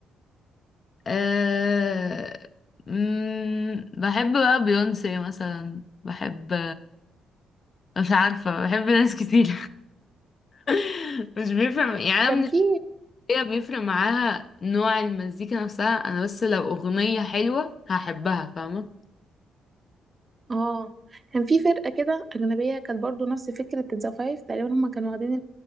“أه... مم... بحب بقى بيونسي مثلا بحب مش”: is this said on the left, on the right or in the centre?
Left